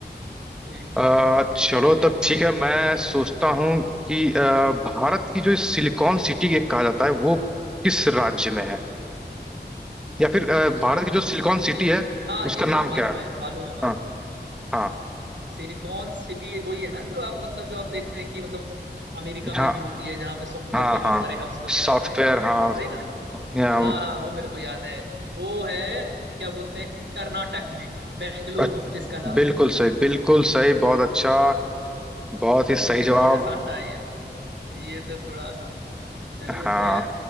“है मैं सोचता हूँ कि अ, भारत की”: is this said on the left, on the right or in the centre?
Centre